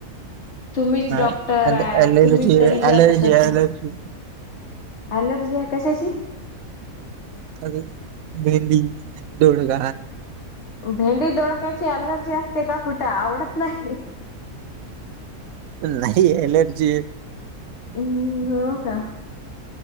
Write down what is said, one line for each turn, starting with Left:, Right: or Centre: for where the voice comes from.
Left: तुम्हीच
Right: काही
Left: डॉक्टर आहे
Right: अलर्जी
Left: तुम्हीच तरी बी
Right: अलर्जी
Left: असं करता
Right: अलर्जी
Left: अलर्जी कशाची
Right: कध मेहंदी दोडग
Left: भेंडी दडोडक्याची अलर्जी असते का कुठं आवडत नाही
Right: नाही एलर्जी
Left: हम् हो का